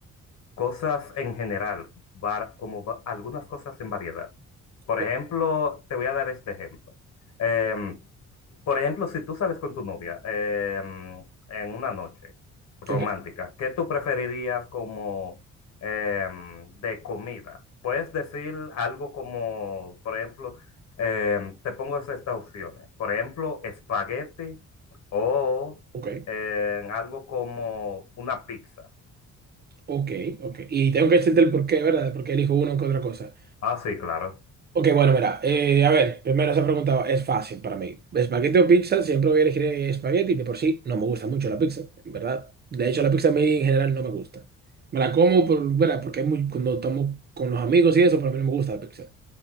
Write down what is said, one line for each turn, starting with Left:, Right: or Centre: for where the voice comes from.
Left: Cosas en general, var- como va- algunas cosas en variedad. Por
Right: O-
Left: ejemplo, te voy a dar este ejemplo. Em, por ejemplo, si tú sales con tu novia em, en una noche romántica,
Right: Ok,
Left: ¿qué tú preferirías como em, de comida? Puedes decir algo como, por ejemplo, em, te pongo esas- estas opciones. Por ejemplo, espagueti o
Right: ok,
Left: em, algo como una pizza.
Right: ok, ok. Y tengo que decirte el porqué, ¿verdad? De por qué, ¿verdad? Porque elijo uno que otra cosa.
Left: Ah, sí, claro.
Right: Ok, bueno, mira, eh, a ver, primero esa pregunta es fácil para mí. ¿Espagueti o pizza? Siempre voy a elegir espagueti, de por sí no me gusta mucho la pizza, en ¿verdad? De hecho, la pizza a mí en general no me gusta. Me la como por, ¿verdad? Porque es muy, cuando estamos con los amigos y eso, pero a mí no me gusta la pizza.